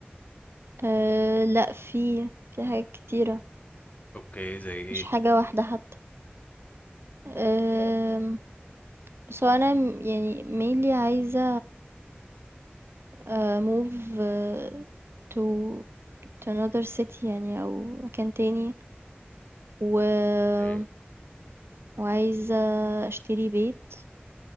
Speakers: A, on the right; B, on the left.
A: أه لأ في في حاجات كتيرة
B: اوكي زي ايه
A: مش حاجة واحدة حتى أه بس هو أنا م- يعني mainly عايزة أه move أه to to another city يعني أو مكان تاني و
B: اوكي
A: وعايزة أشتري بيت